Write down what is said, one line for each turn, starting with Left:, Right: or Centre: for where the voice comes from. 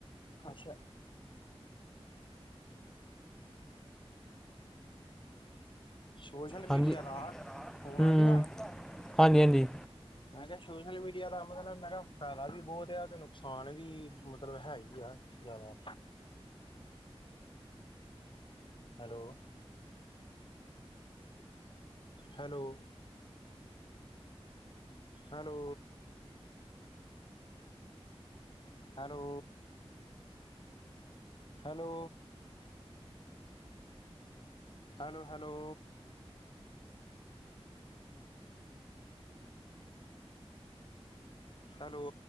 Left: ਅੱਛਾ ਸੋਸ਼ਲ ਮੀਡੀਆ
Centre: ਹਾਂਜੀ
Left: ਦਾ ਫਨ
Centre: ਹੂੰ
Left: ਆ ਦੀ ਆਵਾਜ਼
Centre: ਹਾਂਜੀ ਹਾਂਜੀ
Left: ਮੈਂ ਕਿਹਾ ਸੋਸ਼ਲ ਮੀਡੀਆ ਦਾ ਮਤਲਬ ਮੈਂ ਕਿਹਾ ਫਟਾਇਦਾ ਵੀ ਬਹੁਤ ਆ ਤੇ ਨੁਕਸਾਨ ਵੀ ਮਤਲਬ ਹੈ ਹੀ ਆ। ਲ।
Centre: <unintelligible>
Left: Hello. Hello. Hello. Hello. Hello. Hello, hello. Hello.